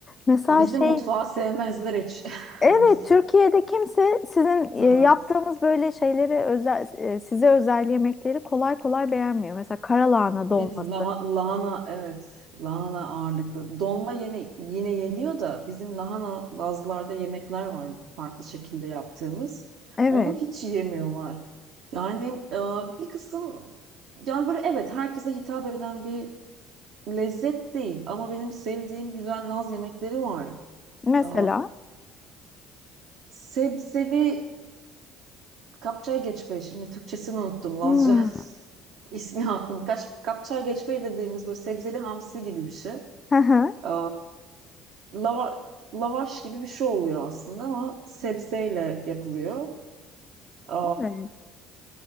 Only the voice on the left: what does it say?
Mesela
şey
evet
Türkiye'de kimse sizin e,
yaptığınız böyle şeyleri özel e, size özel yemekleri kolay kolay beğenmiyor. Mesela karalahana dolması.
Evet.
Mesela.
Hmm.
Hı hı.
Evet.